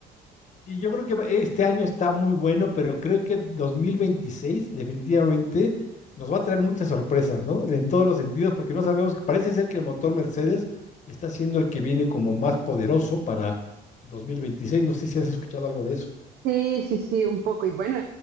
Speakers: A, on the left; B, on the right.
A: Y yo creo que va- este año está muy bueno, pero creo que 2026 definitivamente nos va a traer muchas sorpresas, ¿no? En todos los sentidos, porque no sabemos, parece ser que el motor Mercedes está siendo el que viene como más poderoso para 2026. No sé si has escuchado algo de eso.
B: Sí, sí, sí, un poco. Y bueno,